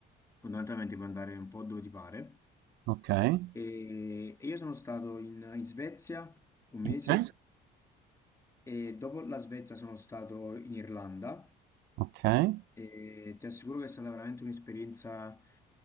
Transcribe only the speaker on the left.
fondamentalmente puoi andare un po' dove ti pare.
E, e io sono stato in, in Svezia un mese
e dopo la Svezia sono stato in Irlanda
e ti assicuro che è stata veramente un'esperienza